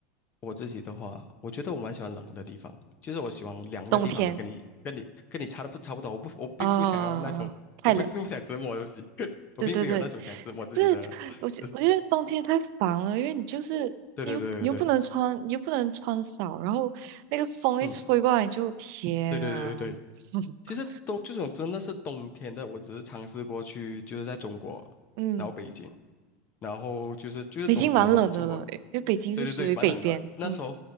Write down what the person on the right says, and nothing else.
冬天，
哦，太冷。
对对对，
不是，我觉我觉得冬天太烦了，
因为你就是你又你又不能穿，
你又不能穿少，然后那个风一吹过来，
你就天啊，
<laughs>
嗯。
北京蛮冷的了，
因为北京是属于北边。
嗯